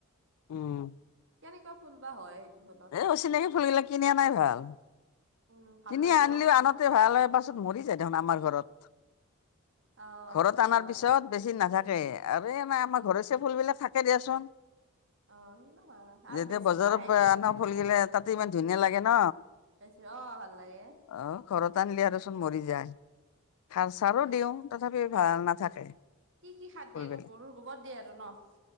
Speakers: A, on the left; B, on the right.
A: উম
B: কেনেকুৱা ফুল বা হয় সেইটো ফ
A: এই অচিনাকি ফুলবিলাক কিনি অনাই ভাল।
B: উম ভাল
A: কিনি
B: লাগে
A: আনিলেওঁ
B: ৰং
A: আনতে ভাল হয়, পাছত মৰি যায় দেখোন আমাৰ ঘৰত।
B: অ
A: ঘৰত
B: সেইটো
A: অনাৰ
B: হয়
A: পিছত বেছি দিন নাথাকে।
B: উম।
A: আৰু নাই আমাৰ ঘৰচীয়া ফুলবিলাক থাকে দিয়াচোন।
B: অ সেইবিলাক আৰু
A: যেতিয়া
B: বেচিব
A: বজাৰ
B: আহে
A: পৰা
B: বেপাৰী
A: আনা ফুল গিলা তাতে ইমান ধুনীয়া লাগে ন।
B: বেছ অ' ভাল লাগে।
A: অ' ঘৰত আনিলি আৰু চোন মৰি যায়। সাৰ চাৰো
B: এ
A: দিওঁ তথাপি ভাল নাথাকে।
B: কি কি সাৰ
A: ফুলবিলাক
B: দিয়েনো গৰুৰ গোৱৰ দিয়ে আৰু নহ।